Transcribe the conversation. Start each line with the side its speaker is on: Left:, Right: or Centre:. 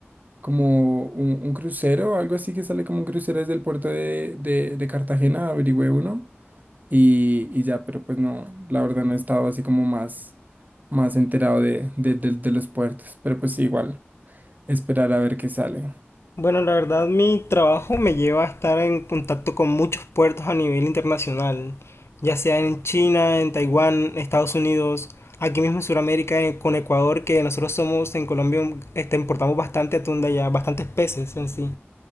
Right: como un, un crucero o algo así que sale como un crucero desde el puerto de, de, de Cartagena, averigüé uno y, y ya, pero pues no, la verdad no he estado así como más, más enterado de, de, de de los puertos, pero pues sí, igual, esperar a ver qué sale.
Left: Bueno, la verdad mi trabajo me lleva a estar en contacto con muchos puertos a nivel internacional, ya sea en China, en Taiwán, Estados Unidos, aquí mismo en Sudamérica, eh, con Ecuador, que nosotros somos en Colombia, un- este, importamos bastante atún de allá, bastantes peces en sí.